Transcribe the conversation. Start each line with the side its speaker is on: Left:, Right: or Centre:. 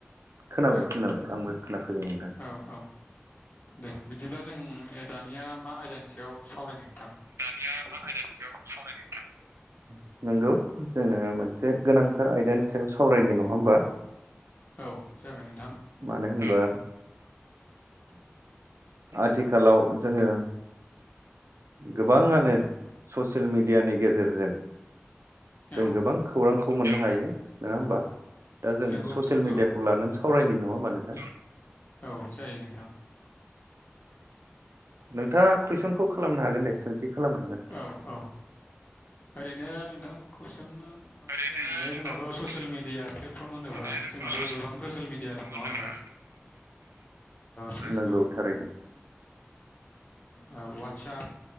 Right: खोनाबाय
Left: औ
Right: खोनाबाय आंबो खोनाफैबाय नोंथां।
Left: औ औ दे बिदिब्ला जों दानिया मा आयदानि सायाव सावरायनो नोंथां।
Right: दानिया मा आइदानि सायावा सावरायनो नोंथां। नंगौ जोङो मोनसे गोनांथार आयदानि सायाव सावरायनि नङा ओमबा?
Left: औ जागोन। नोंथां
Right: मानो होनबा आथिखालाव जोङो गोबाङानो ससियेल मिडियानि गेजेरजों जों
Left: औ
Right: गोबां खौरांखौ मोननो हायो नङा ओमबा? दा जों
Left: नंगौ
Right: ससियेल
Left: नोंथां
Right: मिडियाखौ
Left: औ
Right: लानानै सावरायनाय नङा ओनबा नोंथां?
Left: औ जायो नोंथां।
Right: नोंथाङा कुइसनखौ खालामनो हागोन दे सों? थि खालामखागोन।
Left: औ औ ओरैनो नोंथां कुइसन मा
Right: ओरैनो
Left: खालाम माने
Right: नोंथां
Left: जोंनावथ' ससियेल
Right: कुइसन
Left: मिडिया प्लेटफर्म होनोबा
Right: माने जोंथ'
Left: जोंनावथ' गोबां ससियेल मिडिया दं
Right: होनोबा
Left: नङा ओमब्ला? फेसबुक
Right: नंगौ थारैनो
Left: ओ अवाटसाप